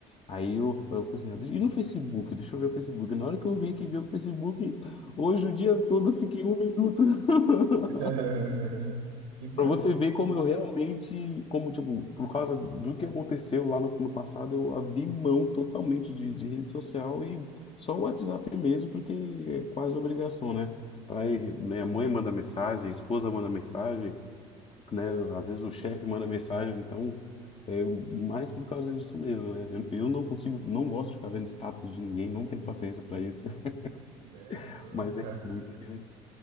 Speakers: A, on the left; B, on the right.
A: Aí eu, eu falei assim, e no Facebook? Deixa eu ver o Facebook. Na hora que eu vi que viu o Facebook, hoje o dia todo eu fiquei um minuto. <laughs>
B: <laughs> Que bom,
A: Pra você
B: mano.
A: ver
B: Então,
A: como eu realmente, como, tipo, por causa do que aconteceu lá no, no passado, eu abri mão totalmente de, de rede social e só o WhatsApp mesmo, porque é quase obrigação, né? Pra ir, né, a mãe manda mensagem, a esposa manda mensagem, né? Às vezes o chefe manda mensagem, então é mais por causa disso mesmo, né? Eu, eu não consigo, não gosto de ficar vendo status de ninguém, não tenho paciência para isso,
B: é,
A: <laughs>
B: não,
A: mas
B: cara.
A: é muito interessante.